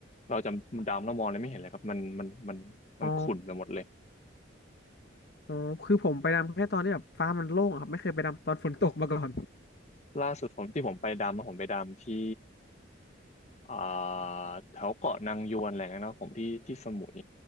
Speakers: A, on the left; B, on the left.
A: เราจะดำแล้วมองอะไรไม่เห็นเลยครับมันมันมันมันขุ่นไปหมดเลย
B: อ๋ออ๋อคือผมไปดำแค่ตอนที่แบบฟ้ามันโล่งอะครับไม่เคยไปดำตอนฝนตกมาก่อน
A: ล่าสุดผมที่ผมไปดำอะผมไปดำที่อ่าแถวเกาะนางยวนอะไรเงี้ยนะผมที่ที่สมุย